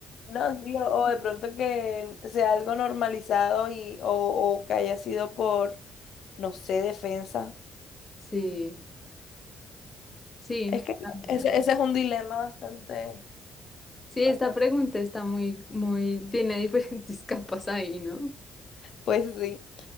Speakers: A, on the left; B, on the left.
A: No, sí, o o de pronto que sea algo normalizado y, o, o que haya sido por, no sé, defensa.
B: sí. Sí,
A: Es que
B: también.
A: ese, ese es un dilema bastante,
B: Sí,
A: bastante.
B: esta pregunta está muy, muy, tiene diferentes <laughs> capas ahí, ¿no?
A: Pues sí.